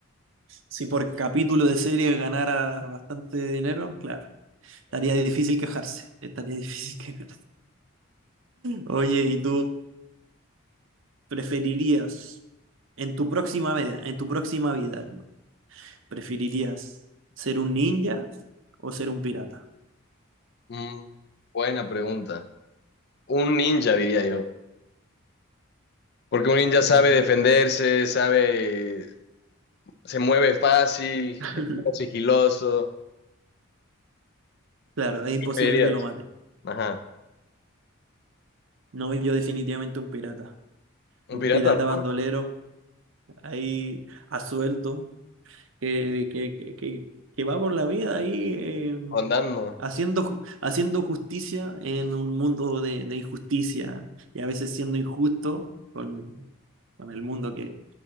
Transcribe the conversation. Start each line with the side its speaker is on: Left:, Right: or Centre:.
Right: si por capítulo de serie ganara bastante dinero, claro, estaría difícil quejarse, estaría difícil <laughs> quejarse. Oye, ¿y tú preferirías en tu próxima vida, en tu próxima vida, hermano, preferirías ser un ninja o ser un pirata?
Left: Mm, buena pregunta. Un ninja, diría yo. Porque un ninja sabe
Right: Mm.
Left: defenderse, sabe, se mueve fácil,
Right: <laughs>
Left: es más sigiloso.
Right: Claro, es imposible
Left: ¿Qué me dirías?
Right: que lo maten.
Left: Ajá.
Right: No, yo definitivamente un pirata.
Left: Un
Right: Un
Left: pirata,
Right: pirata
Left: ¿no?
Right: bandolero ahí a sueldo, que, que, que, que- que va por la vida ahí eh,
Left: andando.
Right: haciendo, ju- haciendo justicia en un mundo de, de injusticia y a veces siendo injusto con, con el mundo que,